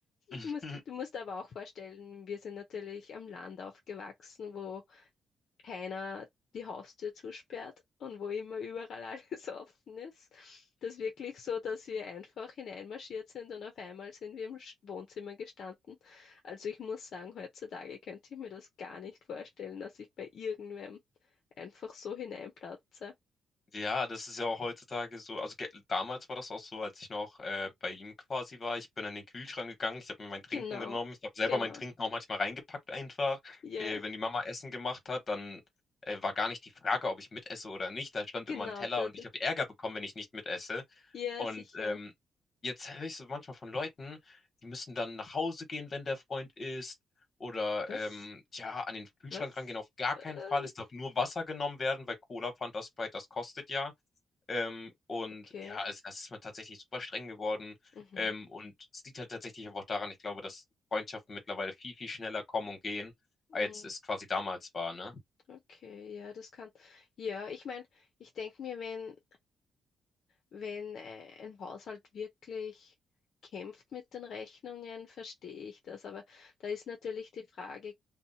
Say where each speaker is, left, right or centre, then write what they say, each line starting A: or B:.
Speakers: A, on the left; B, on the left.
A: <laughs>
B: Du musst, du musst aber auch vorstellen, wir sind natürlich am Land aufgewachsen, wo keiner die Haustür zusperrt und wo immer überall alles <laughs> offen ist. Das ist wirklich so, dass wir einfach hineinmarschiert sind und auf einmal sind wir im Sch- Wohnzimmer gestanden. Also ich muss sagen, heutzutage könnte ich mir das gar nicht vorstellen, dass ich bei irgendwem einfach so hineinplatze.
A: Ja, das ist ja auch heutzutage so. Also, ge damals war das auch so, als ich noch, äh, bei ihm quasi war. Ich bin an den Kühlschrank gegangen, ich habe mir mein Trinken
B: Genau,
A: genommen. Ich habe selber
B: genau,
A: mein Trinken auch manchmal reingepackt einfach.
B: ja,
A: Äh, wenn die Mama Essen gemacht hat, dann, äh, war gar nicht die Frage, ob ich mitesse oder nicht. Da stand
B: genau,
A: immer ein Teller
B: da-
A: und
B: da-
A: ich habe Ärger bekommen, wenn ich nicht mitesse.
B: ja,
A: Und
B: sicher.
A: ähm, jetzt höre ich so manchmal von Leuten, die müssen dann nach Hause gehen, wenn der Freund isst. Oder
B: Was?
A: ähm, ja, an den Kühlschrank
B: Was?
A: rangehen auf gar
B: Was?
A: keinen Fall. Es darf nur Wasser genommen werden, weil Cola, Fanta, Sprite, das kostet ja. Ähm, und
B: Okay.
A: ja, es, es ist man tatsächlich super streng geworden.
B: Mhm.
A: Ähm, und es liegt halt tatsächlich aber auch daran, ich glaube, dass Freundschaften mittlerweile viel, viel schneller kommen und gehen, als
B: Mm.
A: es quasi damals war, ne?
B: Okay, ja, das kann. Ja, ich meine, ich denke mir, wenn, wenn äh, ein Haushalt wirklich kämpft mit den Rechnungen, verstehe ich das. Aber da ist natürlich die Frage,